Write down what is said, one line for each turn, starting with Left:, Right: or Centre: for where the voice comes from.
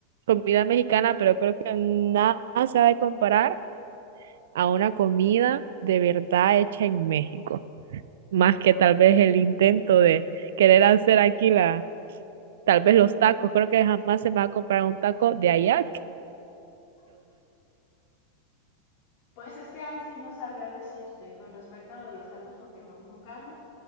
Right: comida mexicana, pero creo que nada se ha de comparar a una comida de verdad hecha en México, más que tal vez el intento de querer hacer aquí la tal vez los tacos, creo que jamás se me va a comprar un taco de allá
Left: Pues es que ahí sí no sabría decirte con respecto a lo de los tacos porque no como carne,